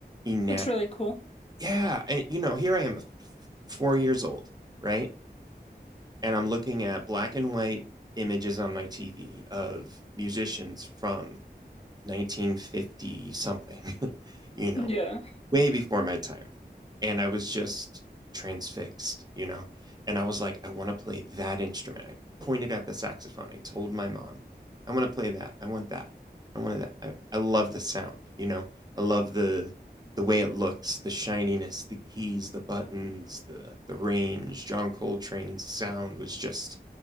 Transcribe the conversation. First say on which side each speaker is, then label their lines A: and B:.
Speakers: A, on the right; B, on the left.
A: enamored
B: That's really cool.
A: Yeah, and, you know, here I am, f f 4 years old, right? And I'm looking at black and white images on my TV of musicians from 1950 something, <laughs> you know,
B: Yeah.
A: way before my time. And I was just transfixed, you know? And I was like, I want to play that instrument. I pointed at the saxophone. I told my mom, I want to play that. I want that. I wanted that. I, I love the sound, you know? I love the the way it looks, the shininess, the keys, the buttons, the the range. John Coltrane's sound was just,